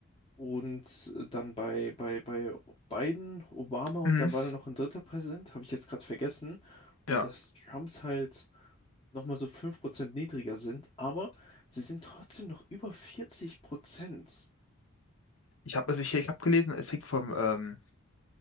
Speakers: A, on the left (about 25°); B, on the left (about 70°).
A: und äh, dann bei, bei, bei Biden, Obama und
B: Mhm.
A: dann war da noch ein dritter Präsident, habe ich jetzt gerade vergessen. Und
B: Ja,
A: dass Trumps halt nochmal so 5% niedriger sind, aber sie sind trotzdem noch über 40%.
B: ich habe also ich, ich habe gelesen, es hängt vom, ähm,